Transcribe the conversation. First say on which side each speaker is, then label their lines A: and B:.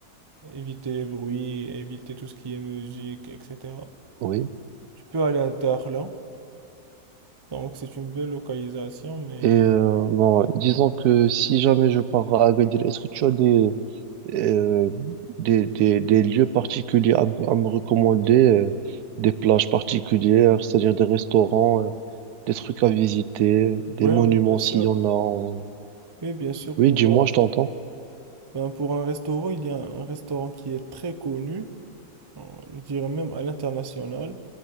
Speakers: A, on the right; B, on the right.
A: éviter les bruits, éviter tout ce qui est musique, etc.,
B: Oui.
A: tu peux aller à Dakhla. Donc, c'est une belle localisation, mais
B: Et euh, bon, disons que si jamais je pars à Agadir, est-ce que tu as des, euh, des, des, des lieux particuliers à, m- à me recommander, euh, des plages particulières, c'est-à-dire des restaurants, euh, des trucs à visiter, des
A: Oui,
B: monuments
A: oui, bien sûr.
B: s'il y en a. en-
A: Oui, bien sûr,
B: Oui,
A: pour,
B: dis-moi,
A: euh,
B: je t'entends.
A: ben, pour un restaurant, il y a un restaurant qui est très connu, euh, je dirais même à l'international,